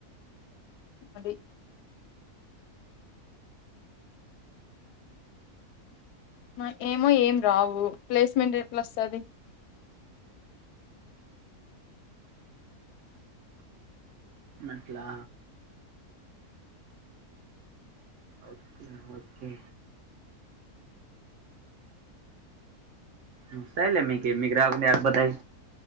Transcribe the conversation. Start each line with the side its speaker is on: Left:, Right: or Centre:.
Left: అది మ ఏమో ఏం రావు ప్లేస్మెంట్ ఏట్ల అస్తది.
Right: అట్లా ఒకే ఓకే వస్తాయిలే మీకి మీకు రాకుండా ఏడపోతాయ్.